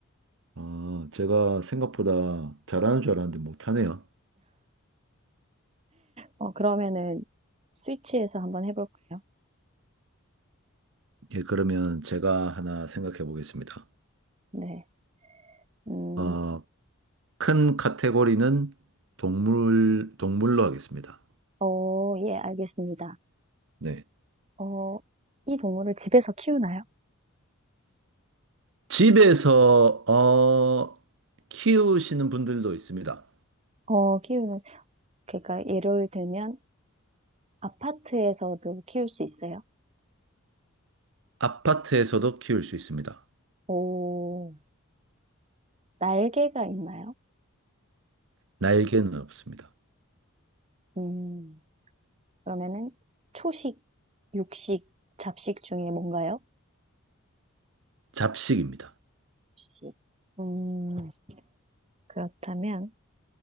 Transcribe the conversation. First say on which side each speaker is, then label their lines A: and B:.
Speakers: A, on the right; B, on the right.
A: 아, 제가 생각보다 잘하는 줄 알았는데 못하네요.
B: 어, 그러면은 스위치에서 한번 해볼까요?
A: 예, 그러면 제가 하나 생각해 보겠습니다.
B: 네. 음,
A: 어, 큰 카테고리는 동물, 동물로 하겠습니다.
B: 어, 예, 알겠습니다.
A: 네.
B: 어, 이 동물을 집에서 키우나요?
A: 집에서, 어, 키우시는 분들도 있습니다.
B: 어, 키우는, 그러니까 예를 들면 아파트에서도 키울 수 있어요.
A: 아파트에서도 키울 수 있습니다.
B: 오, 날개가 있나요?
A: 날개는 없습니다.
B: 음, 그러면은 초식, 육식, 잡식 중에 뭔가요? 혹
A: 잡식입니다.
B: 식 음, 그렇다면,